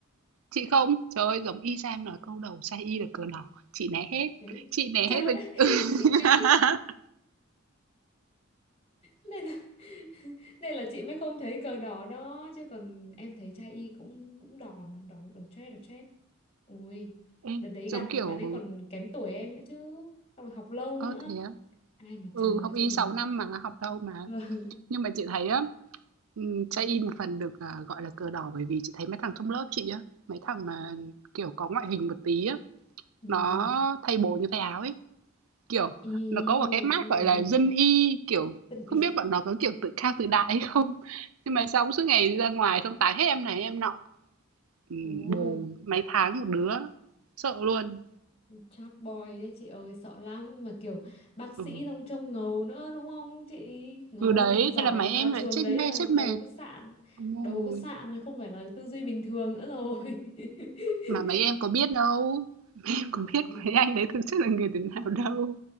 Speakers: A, on the right; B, on the left.
A: Chị không? Trời ơi, giống y Sam nói câu đầu sai y được cờ đỏ chị né
B: <laughs>
A: hết,
B: đấy
A: chị né
B: trời
A: hết rồi.
B: ơi,
A: <laughs>
B: <laughs> chị né nên là <laughs> nên là chị mới không thấy cờ đỏ đó chứ còn em thấy trai y cũng cũng đỏ mà đỏ đỏ chét đỏ chét ui
A: Ê,
B: đợt đấy
A: giống
B: gặp
A: kiểu
B: bạn ấy còn kém tuổi em nữa chứ xong rồi học lâu
A: ơ
B: nữa
A: thế á?
B: ai mà
A: Ừ,
B: chờ
A: học y
B: cho được
A: 6 năm mà, học lâu mà.
B: vâng
A: Nhưng mà chị thấy á, ừm, sai y một phần được à, gọi là cờ đỏ bởi vì chị thấy mấy thằng trong lớp chị á, mấy thằng mà kiểu có ngoại hình một tí á,
B: vâng
A: nó thay bồ như thay áo ấy. Kiểu,
B: yêu
A: nó có một cái mác, gọi
B: <laughs>
A: là, dân y, kiểu,
B: tình
A: không
B: yêu.
A: biết bọn nó có, kiểu, tự cao tự đại hay không? Nhưng mà xong suốt ngày ra ngoài xong tán hết em này em nọ, ừm,
B: ôi
A: bồ mấy tháng một đứa, sợ luôn.
B: chat boy đấy chị ơi sợ lắm mà kiểu bác sĩ
A: Ừ,
B: xong trông ngầu nữa đúng không chị ngầu
A: ừ, đấy,
B: học giỏi
A: thế là mấy
B: vào
A: em
B: trường
A: lại chết
B: đấy
A: mê
B: là
A: chết mệt.
B: đầu có sạn
A: Đúng rồi,
B: đầu có sạn rồi, không phải là tư duy bình thường nữa rồi
A: mà
B: <laughs>
A: mấy em có biết đâu, em
B: vâng
A: có biết mấy anh đấy thực chất là người thế nào đâu.